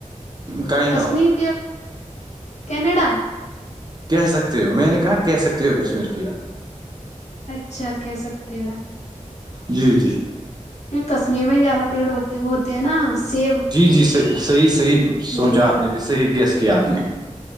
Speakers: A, on the right; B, on the left.
A: کائنڈ
B: کشمیر
A: آف
B: کینیڈا
A: کہہ سکتے ہو میں نے کہا کہہ سکتے ہو کشمیر کے
B: اچھا کہ سکتے ہو
A: جی جی
B: کی کشمیر میں ہی زیادہ پیڑ ہوتے وہ ہوتے ہیں نا سیب
A: جی جی صحیح صحیح صحیح
B: ہ
A: سوچا آپ نے بھی صحیح گیسٹ کیا آپ نے